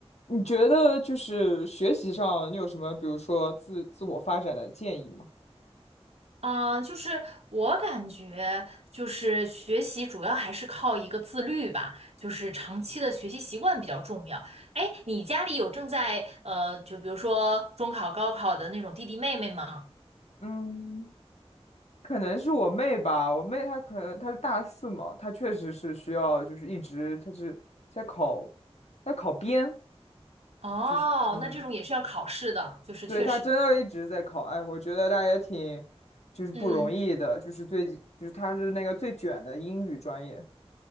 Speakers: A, on the left; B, on the right.
A: 你觉得就是学习上，你有什么，比如说自自我发展的建议吗？
B: 啊，呃就是我感觉，就是学习主要还是靠一个自律吧，就是长期的学习习惯比较重要。哎，你家里有正在呃，就比如说中考、高考的那种弟弟妹妹吗？
A: 嗯，可能是我妹吧，我妹她可能她是大四嘛，她确实是需要就是一直她是在考，在考编，
B: 哦，
A: 就是嗯，
B: 那这种也是要考试的，就是确实，
A: 对，她真的一直在考，哎，我觉得她也挺就是不容易的，
B: 嗯。
A: 就是最近就是她是那个最卷的英语专业，